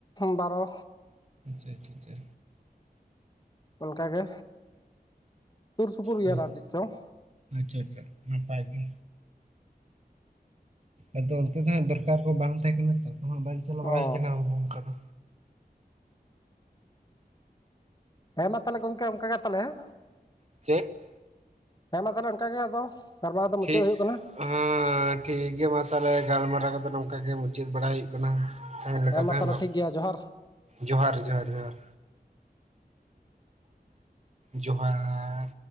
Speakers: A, on the left; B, on the right.
A: ᱵᱟᱨᱚ
B: ᱟᱪᱪᱷᱟ ᱟᱪᱪᱷᱟ ᱟᱪᱪᱷᱟ
A: ᱚᱱᱠᱟᱜᱮ ᱥᱩᱨᱥᱩᱯᱩᱨ
B: ᱦᱳᱭ
A: ᱜᱮᱭᱟᱞᱮ ᱟᱨ ᱪᱮᱫ ᱪᱚᱝ
B: ᱟᱪᱪᱷᱟ ᱟᱪᱪᱷᱟ ᱱᱟᱯᱟᱭ ᱜᱮ ᱟᱫᱚ ᱚᱱᱛᱮ ᱫᱚ ᱦᱟᱸᱜ ᱫᱚᱨᱠᱟᱨ ᱠᱚ ᱵᱟᱝ ᱛᱟᱦᱮᱸ ᱠᱟᱱᱟ ᱛᱚ ᱦᱟᱸᱜ ᱵᱟᱝ ᱪᱟᱞᱟᱣ ᱵᱟᱲᱟ
A: ᱚ
B: ᱦᱩᱭ ᱠᱟᱱᱟ ᱚᱱᱠᱟ ᱫᱚ
A: ᱦᱮᱸ ᱢᱟ ᱛᱟᱞᱦᱮ ᱜᱚᱝᱠᱮ ᱚᱱᱠᱟ ᱜᱮ ᱛᱟᱞᱦᱮ, ᱦᱮᱸ
B: ᱪᱮᱫ
A: ᱦᱮᱸ ᱢᱟ ᱛᱟᱞᱦᱮ ᱚᱱᱠᱟᱜᱮ ᱟᱫᱚ ᱜᱟᱞᱢᱟᱨᱟᱣ ᱫᱚ ᱢᱩᱪᱟᱹᱫ
B: ᱴᱷᱤᱠ
A: ᱦᱩᱭᱩᱜ ᱠᱟᱱᱟ
B: ᱦᱮᱸ ᱴᱷᱤᱠ ᱜᱮᱭᱟ ᱢᱟ ᱛᱟᱦᱞᱮ ᱜᱟᱞᱢᱟᱨᱟᱣ ᱠᱚᱫᱚ ᱱᱚᱝᱠᱟ ᱜᱮ ᱢᱩᱪᱟᱹᱫ ᱵᱟᱲᱟ ᱦᱩᱭᱩᱜ ᱠᱟᱱᱟ ᱛᱮᱦᱮᱧ ᱞᱮᱠᱟ
A: ᱢᱟ
B: ᱫᱚ ᱦᱮᱸ
A: ᱛᱟᱦᱚᱞᱮ
B: ᱵᱟᱝ,
A: ᱴᱷᱤᱠ ᱜᱮᱭᱟ ᱡᱚᱦᱟᱨ
B: ᱡᱚᱦᱟᱨ ᱡᱚᱦᱟᱨ ᱡᱚᱦᱟᱨ ᱡᱚᱦᱟᱨ